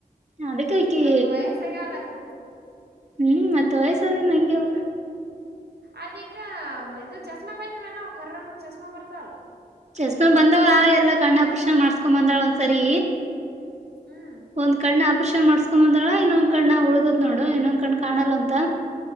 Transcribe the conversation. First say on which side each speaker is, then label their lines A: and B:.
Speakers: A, on the right (about 45°); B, on the right (about 85°).
A: ಅದಕ್ಕೆ ಹಕಿ
B: ಮತ್ ವಯಸ್ಸಾಗ್ಯಾವಲಕ್ಕ
A: ಹ್ಮ್ ಮತ್ತ ವಯಸ್ಸಾದಿಂದ ಹಂಗೆವ
B: ಅದಕ್ಕ ಇದು ಚಸ್್ಮಾ ಬಂದಿಲ್ಲ ಅವ ಕರ್ರನ ಚಸ್್ಮಾ ಬರ್ತಾವಲ್
A: ಚಸ್ಮಾ ಬಂದಾವ ಎಲ್ಲಾ ಕಣ್ಣ ಅಪರ್ಷನ್ ಮಾಡ್ಸ್ಕೊ್ ಬಂದಳ ಒಂದ್ಸರಿ
B: ಹ್ಮ್
A: ಒಂದ್ ಕಡ್್ಣ ಆಪರೇಷನ್ ಮಾಡ್ಸ್ಕೊ್ ಬಂದಳ ಇನ್ನೊಂದ್ ಕಣ್ಣ ಉಳ್ದದ ನೋಡು ಇನ್ನೊಂದ್ ಕಣ್ಣ ಕಾಣಲ್ಲ ಅಂತ